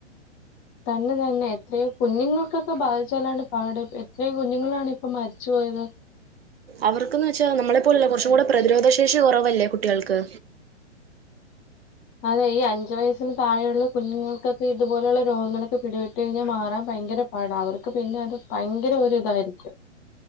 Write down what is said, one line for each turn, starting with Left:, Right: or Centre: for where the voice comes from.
Left: തന്നെ തന്നെ എത്രയോ കുഞ്ഞുങ്ങൾക്കൊക്കെ ബാധിച്ചാലാണ് പാട് എത്രയോ കുഞ്ഞുങ്ങളാണ് ഇപ്പൊ മരിച്ചുപോയത്
Right: അവർക്ക്ന്ന് വെച്ചാ നമ്മളെ പോലല്ല കുറച്ചും കൂടെ പ്രതിരോധ ശേഷി കുറവല്ലേ കുട്ടികൾക്ക്
Left: അതെ ഈ അഞ്ചു വയസിന് താഴെയുള്ള കുഞ്ഞുങ്ങൾക്കൊക്കെ ഇതുപോലെയുള്ള രോഗങ്ങളൊക്കെ പിടിപെട്ട് കഴിഞ്ഞാൽ മാറാൻ ഭയര പാടാ അവർക്ക് പിന്നെ അത് ഭയങ്കര ഒരു ഇതായി ക്കും